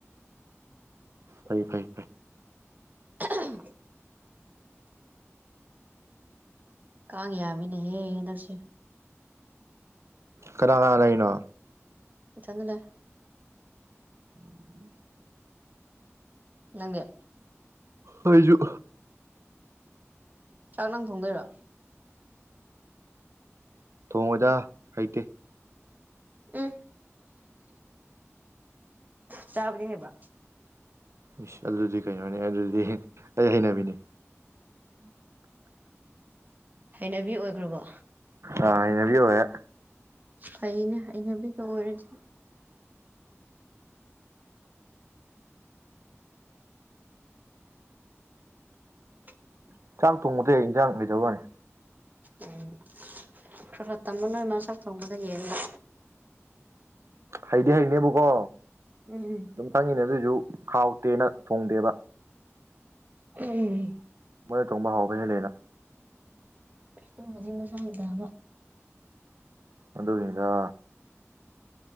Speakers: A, on the right (about 65°); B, on the right (about 35°).
A: ꯐꯩ ꯐꯩ ꯐꯩ
B: <unintelligible> ꯀꯥꯡ ꯌꯥꯝꯃꯤꯅꯦꯍꯦ ꯍꯟꯗꯥꯛꯁꯦ
A: ꯀꯅꯥ ꯀꯅꯥ ꯂꯩꯔꯤꯅꯣ
B: ꯏꯊꯟꯗ ꯂꯩ
A: ꯎꯝ ꯎꯝ <inaudible>
B: ꯅꯪꯗꯤ
A: ꯍꯣꯏꯖꯨ
B: ꯆꯥꯛ ꯅꯪ ꯊꯣꯡꯗꯣꯏꯔꯣ
A: ꯊꯣꯡꯉꯣꯏꯗ ꯍꯩꯇꯦ
B: ꯑꯦ ꯆꯥꯕꯗꯤ ꯍꯥꯏꯕ
A: ꯏꯁ ꯑꯗꯨꯗꯤ ꯀꯩꯅꯣꯅꯦ ꯑꯗꯨꯗꯤ ꯑꯩ ꯍꯩꯅꯕꯤꯅꯤ
B: <inaudible> ꯍꯩꯅꯕꯤ ꯑꯣꯏꯒ꯭ꯔꯕꯣ
A: ꯑ ꯍꯩꯅꯕꯤ ꯑꯣꯏꯔꯦ
B: ꯐꯩꯅꯦ ꯍꯩꯅꯕꯤꯒ ꯑꯣꯏꯔꯗꯤ <inaudible>
A: ꯆꯥꯛ ꯊꯣꯡꯕꯗꯤ ꯍꯩ ꯏꯟꯖꯥꯡ ꯍꯩꯇꯕꯩ ꯋꯥꯅꯤ
B: ꯎꯝ ꯈꯔ ꯈꯔ ꯇꯝꯃꯨ ꯅꯣꯏ ꯃꯥ ꯆꯥꯛ ꯊꯣꯡꯕꯗ ꯌꯦꯡꯉꯥ
A: ꯍꯩꯗꯤ ꯍꯩꯅꯦꯕꯥꯀꯣ
B: ꯎꯝ ꯎꯝ
A: ꯑꯗꯨꯝ ꯈꯪꯉꯤꯅꯦ ꯑꯗꯨꯑꯣꯏꯁꯨ ꯍꯥꯎꯇꯦꯅ ꯊꯣꯡꯗꯦꯕ
B: ꯎꯝ
A: ꯃꯣꯏꯅ ꯊꯣꯡꯕ ꯍꯥꯎꯕ ꯍꯦꯜꯂꯦꯅ
B: ꯇꯨꯝꯕꯗꯤ ꯃꯁꯥꯅ ꯇꯥꯕ
A: ꯑꯗꯨꯒꯤꯅꯤꯗꯥ